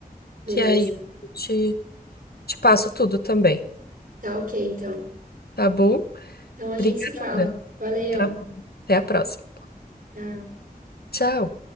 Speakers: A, on the right; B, on the left.
A: Beleza.
B: que aí eu te, te passo tudo também,
A: Tá ok, então.
B: tá bom?
A: Então a gente
B: Obrigada.
A: se fala. Valeu.
B: Tá bom. Até a próxima.
A: Tchau.
B: Tchau.